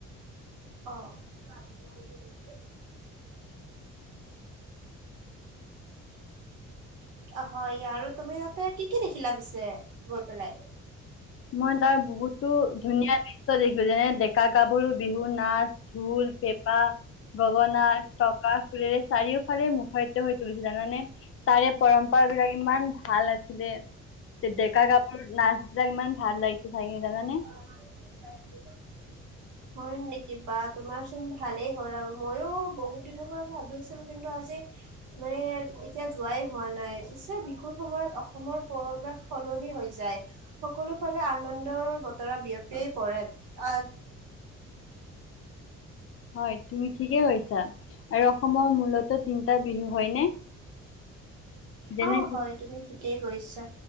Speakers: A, on the right (about 80°); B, on the left (about 45°).
A: অ। <inaudible> অ হয় আৰু তুমি তাতে কি কি দেখিলা পিছে গৈ পেলাই?
B: মই তাৰ বহুতো ধুনীয়া দৃশ্য দেখিলো, যেনে ডেকা গাভৰু বিহু নাচ, ঢোল, পেঁপা, গগনা, টকা ফুৰেৰে চাৰিও ফালে মুখাৰিত হৈ তুলিছিলে জানানে। তাৰে পৰম্পৰা বিলাক ইমান ভাল আছিলে ডেকা-গাভৰু নাচ বিলাক ইমান ভাল লাগিছে চাই কিনে জানানে।
A: <unintelligible> হয় নেকি বা তোমাৰ চোন ভালেই হ'ল আৰু, মইও বহুত দিনৰ পৰা ভাবি আছিলো কিন্তু আজি মানে এতিয়া যোৱাই হোৱা নাই, পিছে বিহুৰ সময়ত অসমৰ পৰিবাস সলনি হৈ যায়। ফালে আনন্দৰ বতৰত বিয়পিয়ে পৰে আহ
B: হয় তুমি ঠিকে কৈছা। আৰু অসমৰ মূলতো তিনিটা বিহু হয়নে? যেনে
A: অ হয় তুমি ঠিকেই কৈছা।